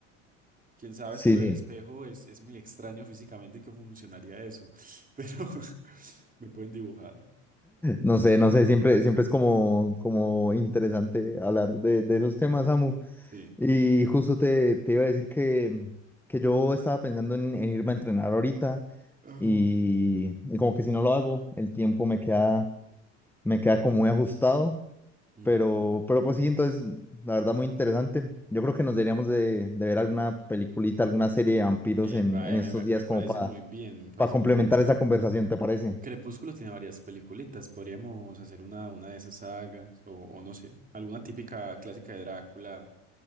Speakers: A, on the right; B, in the centre.
A: Quién sabe
B: Sí,
A: es que lo
B: sí.
A: del espejo es, es muy extraño físicamente que funcionaría eso, <laughs> pero <laughs> me pueden dibujar.
B: No sé, no sé, siempre, siempre es como, como interesante hablar de, de esos temas, Samu.
A: Sí.
B: Y justo te, te iba a decir que, que yo estaba pensando en, en irme a entrenar ahorita
A: Ajá.
B: y, y como que si no lo hago, el tiempo me queda, me queda como muy ajustado,
A: Ujú.
B: pero, pero pues sí, entonces la verdad muy interesante. Yo creo que nos deberíamos de, de ver alguna peliculita, alguna serie de vampiros
A: Epa,
B: en, en
A: eh,
B: estos
A: me, me-
B: días
A: me parece
B: como para
A: muy bien, me parece
B: para complementar
A: muy bien.
B: esa conversación, ¿te parece?
A: Crepúsculo tiene varias peliculitas, podríamos hacer una, una de esas sagas, o, o no sé, alguna típica clásica de Drácula.